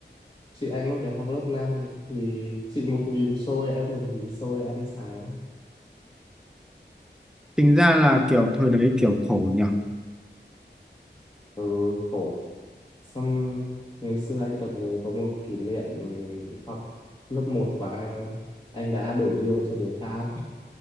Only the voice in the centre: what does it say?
Tính ra là kiểu thời đấy kiểu khổ nhở,